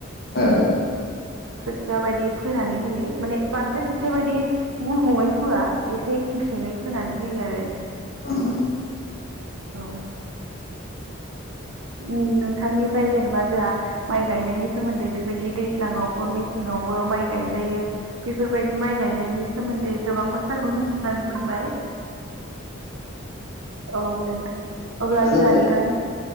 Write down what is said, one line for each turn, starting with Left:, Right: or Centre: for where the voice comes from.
Left: ए।
Right: खोथिया बायदि फोनानै होयो माने बांद्राय खोथिया बायदि गुबुङै फोआ एसे गेसेङै फोनानै होयो आरो
Left: उम।
Right: औ। उम नोंथांनिफ्राय जेनेबा जोंहा माइ गायनायनि सोमोन्दै बेबायदि दैज्लाङावबो मेसे सेङावबो माइ गायजायो बेफोरबायदि माइ गायनायनि सोमोन्दै गोबां बाथ्राखौ मिन्थिनानै मोन <unintelligible> औ नोंथां। अब्ला
Left: जोङो
Right: जोहा नोंथां